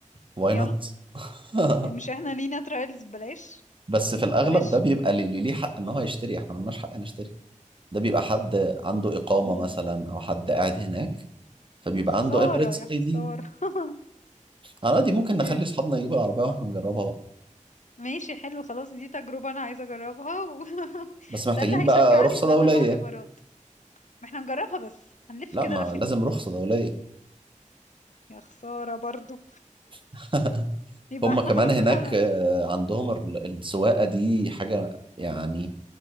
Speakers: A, on the right; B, on the left.
A: واي
B: يلا
A: نوت <laughs>
B: إيه، مش احنا لينا ترايلز بلاش
A: بس في الاغلب
B: معلش
A: ده بيبقى اللي ليه حق ان هو يشتري احنا ملناش حق نشتري ده بيبقى حد عنده اقامة
B: مم.
A: مثلا او حد قاعد هناك فبيبقى
B: يا خسارة
A: عنده اميريتس
B: يا خسارة
A: اي دي
B: <laughs>
A: انا دي ممكن نخلي
B: يا.
A: اصحابنا يجيبوا العربية واحنا نجربها بقى
B: ماشي حلو خلاص دي تجربة انا عايزة اجربها و... <laughs>
A: بس محتاجين
B: ده اللي هيشجعني
A: بقى رخصة
B: ان
A: دولية
B: انا اروح الامارات ما احنا هنجربها بس هنلف
A: لا
B: كده
A: ما
B: لفتين
A: لازم رخصة دولية
B: يا خسارة برضو
A: <laughs>
B: يبقى
A: هم
B: احنا
A: كمان
B: خلاص
A: هناك
B: يبقى احنا
A: آه، عندهم ال- السواقة دي حاجة يعني